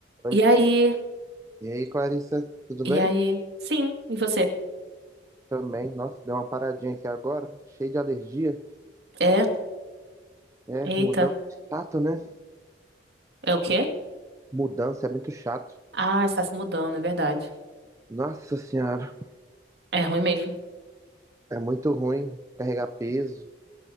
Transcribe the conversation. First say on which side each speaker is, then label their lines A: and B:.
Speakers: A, on the right; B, on the right.
A: Oi.
B: E aí?
A: E aí, Clarissa, tudo
B: E
A: bem?
B: aí? Sim, e você?
A: Também, nossa, deu uma paradinha aqui agora, cheio de alergia.
B: É?
A: É,
B: Eita.
A: mudança é chato, né?
B: É o quê?
A: Mudança é muito chato.
B: Ah, está se mudando, é verdade.
A: Nossa senhora,
B: É ruim mesmo.
A: é muito ruim carregar peso.